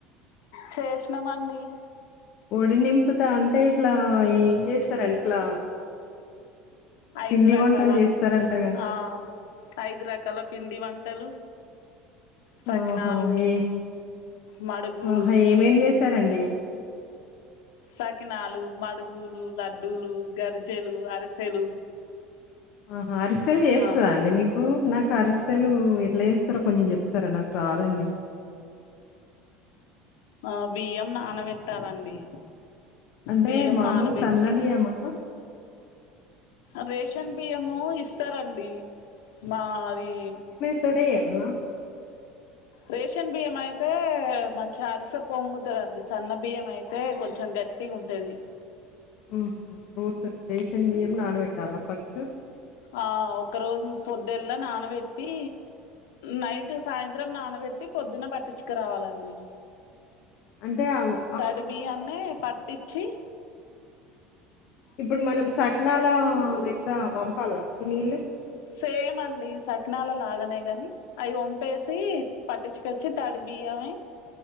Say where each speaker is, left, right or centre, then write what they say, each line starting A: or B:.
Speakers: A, on the left; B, on the left.
A: చేసినంమండి
B: ఒడి నింపుత అంటే ఇట్లా ఏం జేస్తారండి ఇట్లా
A: ఐదు
B: పిండి
A: రకాల
B: వంటలు జేస్తారంటగా?
A: ఆహ్ ఐదు రకాల పిండి వంటలు సకినాలు
B: ఆహా! ఏ
A: మడుగులు
B: ఆహా! ఏమేం జెస్ సరండి
A: సకినాలు మడుగులు లడ్డూలు గరిజెలు అరిసెలు
B: ఆహా అరిసెల్ చేయోస్తదా
A: ఆ
B: అండి మీ కు నాకు అరిషాలూ ఎలా జేస్తారొ కొంచెం చెప్తారా నాకు రాదండి
A: ఆహ్ బియ్యం నానబెట్టాలండి
B: అంటే
A: బియ్యం
B: మామూలు
A: నానబెట్టి
B: సన్న బియ్యమా?
A: రేషన్ బియ్యము ఇస్తరండి మావి
B: తొడేయల్నా
A: రేషన్ బియ్యం అయితే మంచి అరిసె పొంగుతదండి సన్న బియ్యం అయితే కొంచెం గట్ ట్టి ఉంటది
B: ఉమ్ రేషన్ బియ్యం నానబెట్టాల ఫస్ట్
A: ఆ ఒక రోజు పొద్దెల్ల నానబెట్టి నైట్ సాయంత్రం నానబెట్టి పొద్దున బట్టించ్చుక రావాలండి
B: అంటే అగొ
A: తడి బియ్యాన్ని పట్టిచ్చి
B: ఇప్పుడు మనం సగనాల లెక్క పంపాలా అండి నీళ్ళు
A: సేమ్ అండి సకినాల లాగనే గని అవి వొంపేసి పట్టించుకొచ్చి తడి బియ్యమె